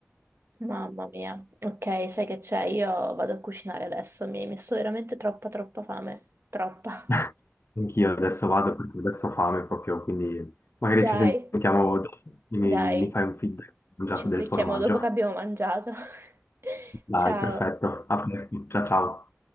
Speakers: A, on the right; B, on the left.
A: Mamma mia. Ok, sai che c'è? Io vado a cucinare adesso, mi hai messo veramente troppa troppa fame. Troppa.
B: <laughs> Anch'io adesso vado perché adesso ho fame proprio, quindi magari
A: <laughs> Dai,
B: ci sentiamo dopo. Mi,
A: dai.
B: mi fai un feedback, ho mangiato
A: Ci
B: del
A: becchiamo
B: formaggio.
A: dopo che abbiamo mangiato. <laughs>
B: Dai,
A: Ciao.
B: perfetto. A presto. Ciao ciao.